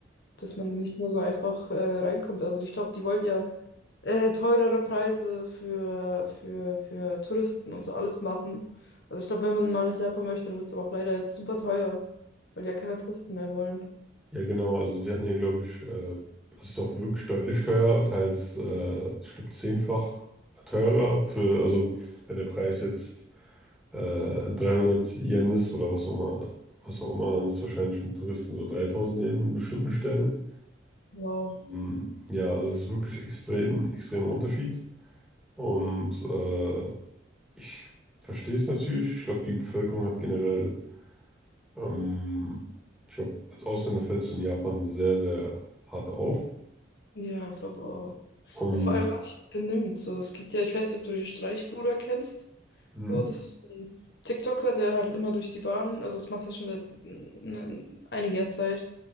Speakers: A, on the left (about 60°); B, in the centre.
A: dass man nicht mehr so einfach äh, reinkommt. Also ich glaube, die wollen ja äh, teurere Preise für, für, für Touristen und so alles machen. Also ich glaube, wenn man mal nach Japan möchte, dann wird es aber auch leider jetzt super teuer, weil die ja keine Touristen mehr wollen.
B: Ja, genau. Also die hatten ja, glaube ich, äh, das ist auch wirklich deutlich teurer, teils, äh, ich glaube, zehnfach teurer für, also wenn der Preis jetzt äh, 300 Yen ist oder was auch immer, was auch immer, dann ist es wahrscheinlich für einen Touristen so 3000 Yen in bestimmten Stellen.
A: Wow.
B: Ähm, ja, also es ist wirklich extrem, extremer Unterschied. Und äh, ich verstehe es natürlich. Ich glaube, die Bevölkerung hat generell, ähm, ich glaube, als Ausländer fällst du in Japan sehr, sehr hart auf.
A: Ja, ich glaube auch.
B: Und
A: Ja, vor allem, was sich benimmt. So, es gibt ja, ich weiß nicht, ob du den Streichbruder kennst.
B: Mhm.
A: So, das ist ein TikToker, der halt immer durch die Bahn, also das macht er schon seit ne, einiger Zeit,